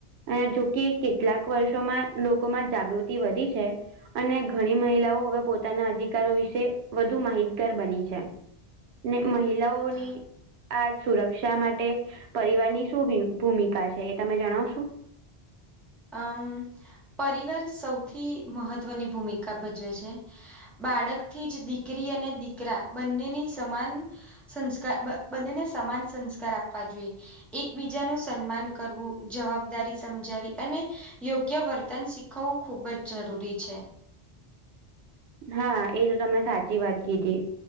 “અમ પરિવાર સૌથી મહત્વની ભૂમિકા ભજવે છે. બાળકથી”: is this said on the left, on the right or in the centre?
Centre